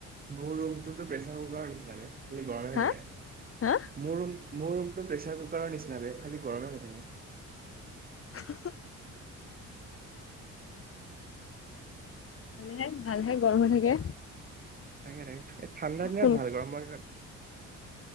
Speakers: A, on the right; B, on the left.
A: মোৰ ৰুমটোতো প্ৰেচাৰ কুকাৰৰ নিচিনাকে খালি গৰমে হৈ
B: হা
A: থাকে।
B: হা
A: মোৰ ৰুম মোৰ ৰুমটো প্ৰেচাৰ কুকাৰৰ নিচিনাকে খালি গৰমে হৈ থাকে।
B: <inaudible> ভালেহে ভালহে গৰম হৈ থাকে।
A: তাকে তাকে এই ঠাণ্ডা দিনত
B: সোনকালে
A: ভাল, গৰমৰ দিনত